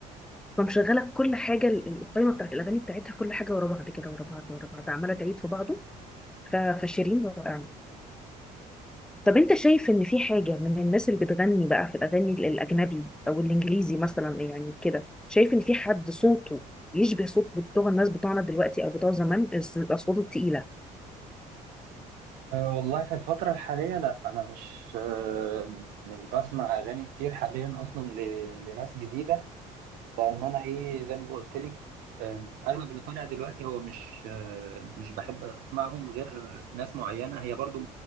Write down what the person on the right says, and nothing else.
أه والله في الفترة الحالية لا أنا مش أه مش بسمع أغاني كتير حاليا أصلا ل- لناس جديدة لان انا ايه زي ما قلت لك آم، اغلب اللي طالع دلوقتي هو مش آه، مش بحب اسمعهم غير ناس معينه هي برضو